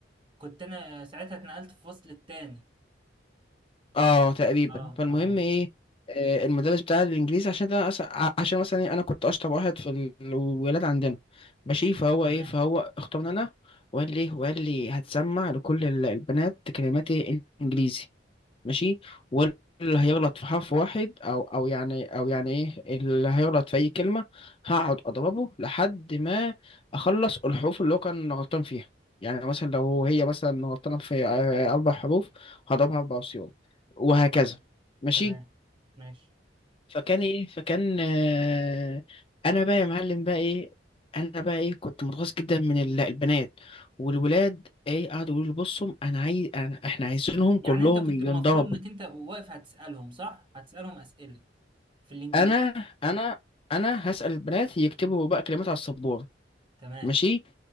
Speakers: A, on the right; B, on the left.
A: كنت انا ساعتها اتنقلت في الفصل التاني
B: اه تقريبا
A: اه
B: فالمهم
A: اه
B: ايه آه، المدرس بتاع الانجليزي عشان ده أص- ع- عشان مثلا إيه، انا كنت اشطر واحد في الولاد عندنا ماشي فهو
A: تمام
B: ايه فهو اختارني انا وقال لي وقال لي هتسمع لكل ال- البنات كلمات إيه؟ انجليزي ماشي واللي هيغلط في حرف واحد او او يعني او يعني ايه اللي هيغلط في اي كلمه هقعد اضربه لحد ما اخلص الحروف اللي هو كان غلطان فيها يعني مثلا لو هي مثلا غلطانه في آه، اربع حروف هضربها اربع صيغ وهكذا ماشي
A: تمام ماشي
B: فكان ايه فكان آه، انا بقى يا معلم بقى ايه انا بقى ايه كنت متغاظ جدا من ال- البنات والولاد ايه قعدوا يقولوا لي بصوا انا عايز أنا احنا عايزينهم كلهم
A: يعني انت كنت
B: ينضربوا
A: المفروض انك انت واقف هتسألهم صح؟ هتسألهم أسئلة في الانجليزي
B: انا انا انا هسأل البنات يكتبوا بقى كلمات على السبورة
A: تمام
B: ماشي